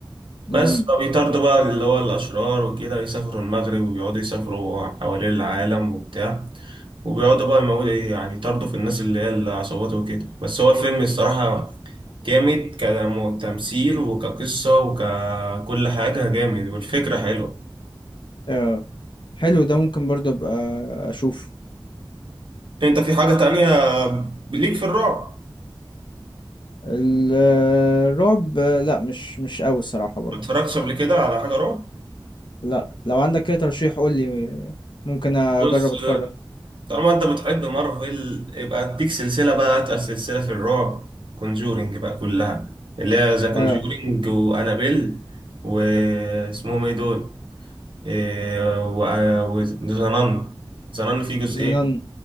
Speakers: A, on the left; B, on the right.
A: امم
B: بس فبيطاردوا بقى اللي هو الأشرار وكده يسافروا المغرب ويقعدوا يسافروا حوالين العالم وبتاع وبيقعدوا بقى يموتوا يعني يطاردوا في الناس اللي هي العصابات وكده بس هو الفيلم الصراحة جامد كتمثيل وكقصة وككل حاجة جامد والفكرة حلوة
A: اه حلو ده ممكن برضه ابقى اشوف
B: انت في حاجة تانية ليك في الرعب
A: ال- الرعب آه، لا مش مش قوي الصراحة برضه
B: ما اتفرجتش قبل كده على حاجة رعب
A: لا لو عندك كده ترشيح قول لي ممكن اجرب
B: بص
A: اتفرج
B: طالما انت بتحب مارفل يبقى اديك سلسلة بقى اتقل سلسلة في الرعب كونجورينج بقى كلها اللي هي ذا كونجورينج
A: اه
B: وانابيل واسمهم ايه دول إيه، و- وذا نان ذا نان فيه جزئين
A: زنان